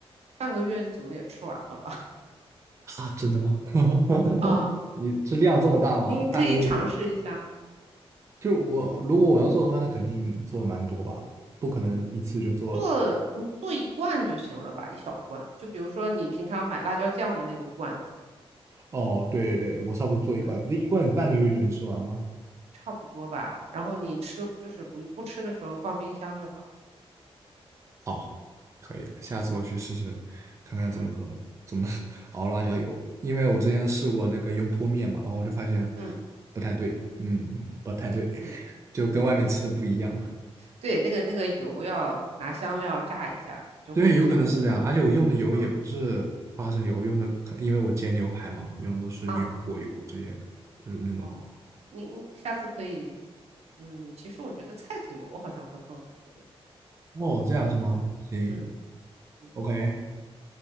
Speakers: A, on the right; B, on the right.
A: 半个月你怎么也吃完了吧？
B: 啊，真的吗？<laughs>
A: <laughs> 啊，
B: 你这量这么大吗？
A: 您可以尝试一下，
B: 半个月就就是我如果我要做的话，那肯定做蛮多吧，不可能一次就做。
A: 做你做一罐就行了吧，一小罐，就比如说你平常买辣椒酱的那个罐子，
B: 哦，对对对，我差不多做一罐，
A: 嗯，
B: 那一罐半个月就能吃完吗？
A: 差不多吧。然后你吃就是不不吃的时候放冰箱就好了。
B: 好，可以的，
A: 嗯
B: 下次我去试试，看看怎么
A: 嗯
B: 怎么 <laughs> 熬辣椒油，因为我之前试过那个油泼面嘛，然后我就发现
A: 嗯
B: 不太对，嗯，不太对，
A: 嗯
B: <laughs> 就跟外面吃的不一样。
A: 嗯。对，那个那个油要拿香料炸一下，就会有香味。
B: 对，有可能是这样，而且我用的油也不是花生油，
A: 嗯
B: 我用的可因为我煎牛排嘛，用的是牛油果油这些的，
A: 啊
B: 就是那种。
A: 哦，你你下次可以，嗯，其实我觉得菜籽油好像会更好一点。
B: 哦，这样是吗？行
A: 嗯嗯，嗯
B: ，OK，